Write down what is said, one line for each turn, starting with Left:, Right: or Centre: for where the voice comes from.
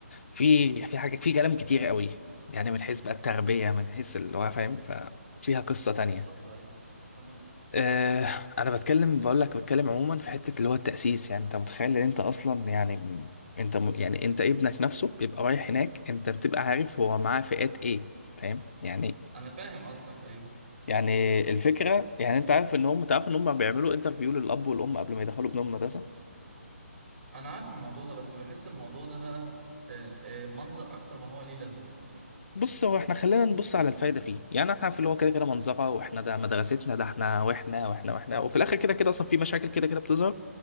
Left: في
Right: مم.
Left: في حاجه في كلام كتير قوي يعني من حيث
Right: مم.
Left: بقى التربيه من حيث اللي هو فاهم ففيها قصه تانية
Right: بالظبط ايوه تمام
Left: آه، انا بتكلم بقول لك بتكلم عموما في حته اللي هو التاسيس يعني انت متخيل ان انت اصلا يعني م- انت م- يعني انت ابنك نفسه بيبقى رايح هناك انت بتبقى عارف هو معاه فئات ايه فاهم
Right: مم.
Left: يعني
Right: انا فاهم قصدك ايوه
Left: يعني الفكره يعني انت عارف ان هم تعرف ان هم بيعملوا انترفيو للاب والام قبل ما يدخلوا ابنهم المدرسه
Right: انا عارف الموضوع ده بس بحس الموضوع ده بقى آه، آه، منظر اكتر ما هو ليه لازمه
Left: بص هو احنا خلينا نبص على الفايده فيه يعني احنا عارف اللي هو كده كده منظره واحنا ده مدرستنا ده احنا واحنا واحنا واحنا وفي الاخر كده كده اصلا في مشاكل كده كده بتظهر